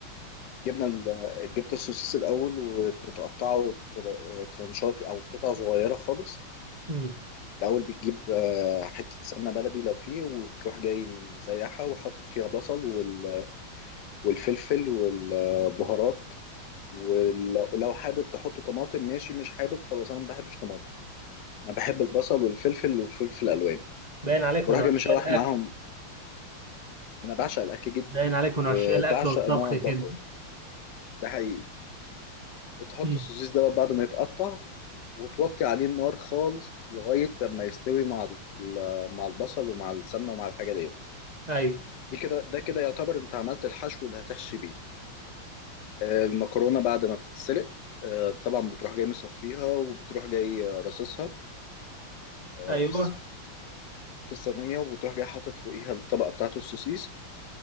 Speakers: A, on the left; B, on the right.
A: جبنا ال- جبت السوسيس الاول وبتقطعه تر- ترانشات او قطع صغيره خالص
B: امم
A: الاول بتجيب آه، حته سمنه بلدي لو فيه وتروح جاي مسيحها وحاطط فيها بصل وال- والفلفل والبهارات ولو لو حابب تحط طماطم ماشي مش حابب خلاص انا ما بحبش طماطم انا بحب البصل والفلفل وفلفل الوان
B: باين عليكم
A: بروح
B: من عشاق
A: جاي مشوح
B: الاكل
A: معاهم انا بعشق الاكل جدا
B: باين عليك
A: وبعشق
B: من عشاق الاكل والطبخ
A: ان انا اطبخه
B: كده
A: ده حقيقي بتحط
B: مم.
A: السوسيس ده بعد ما يتقطع وتوطي عليه النار خالص لغاية لما يستوي مع ال- مع البصل ومع السمنة ومع الحاجة دي
B: ايوه
A: دي كده ده كده يعتبر انت عملت الحشو اللي هتحشي بيه آه، المكرونة بعد ما بتتسلق آه، طبعا بتروح جاي مصفيها وبتروح جاي رصصها آه،
B: ايوه
A: في الص- في الصينية وبتروح جاي حاطط فوقيها الطبقة بتاعت السوسيس